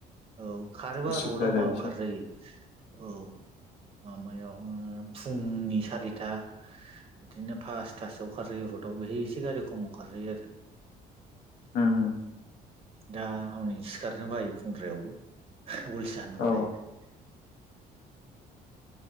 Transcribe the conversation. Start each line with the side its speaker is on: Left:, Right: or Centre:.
Right: औ खारोबा
Left: उसुबिदा
Right: रडआव
Left: जायो
Right: माबायाव
Left: एसे
Right: खारजायो औ माबायाव ओ फुंनि सारिथा बिदिनो पासथासोआव खारजायो रडआव बेहाय एसे गारि खमाव खारजायो आरो
Left: होम ओम
Right: दा हनै सिखारनो बायो फुंद्रायावबो उलसिया होन्नांगौ
Left: औ
Right: जाहैबाय